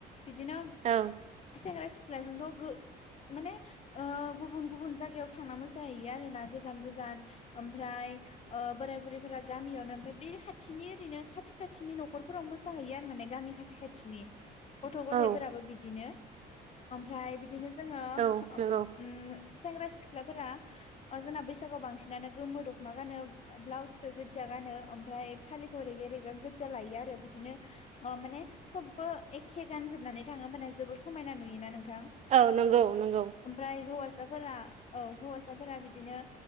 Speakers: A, on the left; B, on the right.
A: बिदिनोम
B: औ
A: सेंग्रा सिख्लाजोंथ' गो माने ओ गुबुन गुबुन जायगायाव थांना मोसाहैयो आरो ना गोजान गोजान ओमफ्राय ओ बोराय बुरैफोरा गामियावनो ओमफाय बे खाथिनि ओरैनो खाथि खाथिनि न'खरफोराव मोसाहैयो आरो माने गामि खाथ थि खाथिनि गथ' गथाइफोराबो
B: औ
A: बिदिनो ओमफ्राय बिदिनो जोङो
B: औ
A: ओम
B: नंगौ
A: उम सेंग्रा सिख्लाफोरा ओ जोंना बैसागुआव बांसिनानो गोमो दख'ना गानोब ब्लाउसखो गोदजा गानो ओमफ्राय फालिखौ रेग रेगां गोजा लायो आरो बिदिनो ओ माने सबबो एखे गानजोबनानै थाङो ओमबानिया जोबोर समायना नुयोना नोंथां?
B: औ नंगौ नंगौ।
A: ओमफ्राय हौवासाफोरा औ हौवासाफोरा बिदिनो